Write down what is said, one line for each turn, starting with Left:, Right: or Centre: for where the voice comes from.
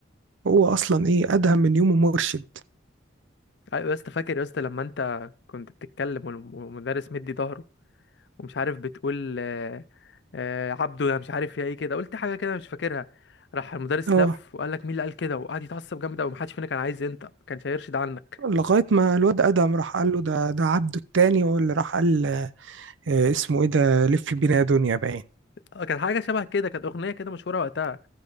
Right: هو اصلا ايه ادهم من يومه مرشد
Left: ايوه يا اسطى فاكر يا اسطى لما انت كنت بتتكلم والمدرس مدي ظهره ومش عارف بتقول آه، آه، عبده انا مش عارف يا ايه كده قلت حاجه كده مش فاكرها راح المدرس
Right: اه
Left: لف وقال لك مين اللي قال كده وقعد يتعصب جامد قوي محدش فينا كان عايز انت ما كانش هيرشد عنك
Right: لغاية ما الواد أدهم راح قال له ده ده عبده التاني هو اللي راح قال آه، اسمه إيه ده لف بينا يا دنيا باين
Left: آه، كان حاجه شبه كده كانت اغنيه كده مشهوره وقتها